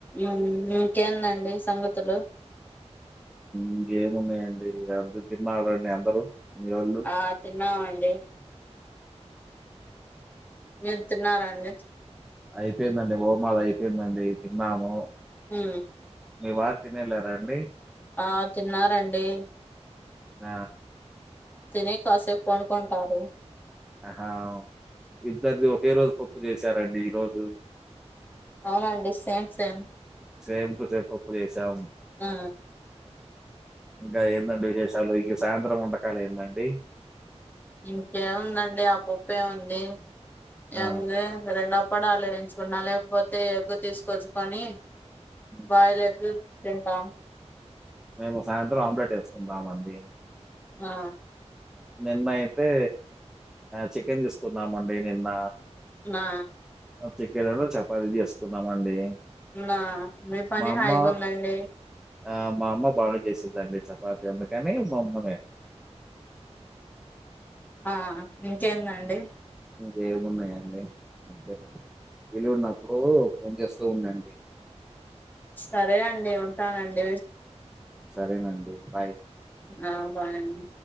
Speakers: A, on the left; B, in the centre.
A: ఉం ఇంకేందండి సంగతులు
B: ఇంకేమున్నాయండి ఇగ అందరు తిన్నారండి అందరూ మీ వోళ్ళు
A: ఆ తిన్నామండి మీరు తిన్నారా అండి
B: అయిపోయిందండి ఓమాది అయిపోయిందండి తిన్నాము
A: ఊ
B: మీ వారు తినేళ్ళారా అండి
A: ఆ తిన్నారండి
B: ఆ
A: తిని కాసేపు పడుకుంటారు
B: ఆహా ఇద్దరిది ఒకే రోజు పప్పు చేశారండి ఈ రోజు
A: అవునండి same same
B: same to same పప్పు చేసాం
A: ఆ
B: ఇంకా ఏంట వి షాలుకి సాయంత్రం వంటకాలు ఏందండి
A: ఇంకేముందండి ఆ పప్పు ఎ ఉంది
B: ఆ
A: ఏంది రెండ అప్పడాలు ఏయించుకున్నా లేకపోతే ఎగ్ తీసుకొచ్చుకొని
B: ఉమ్,
A: బాయిల్ ఎగ్ తింటాం
B: మేము సాయంత్రం ఆమ్లెట్ వేసుకుంటామ అండి
A: ఆ
B: నిన్న అయితే చికెన్ తీసుకుందామండి నిన్న
A: ఆ
B: చికెనును చపాతి చేసుకున్నామండి
A: ఆ మీ పని
B: మా అమ్మ
A: హాయిగా ఉందండి
B: ఆ మా అమ్మ బాగా చేసిందండి చపాతి ఒకటినే మా అమ్మని
A: ఆ ఇంకేందండి
B: ఇంకేమున్నాయండి అంతేనండి వెలునప్పుడు ఫోన్ చేస్తూ ఉండండి
A: సరే అండి ఉంటానండి
B: సరేనండి బాయ్
A: ఆ బాయ్ అండి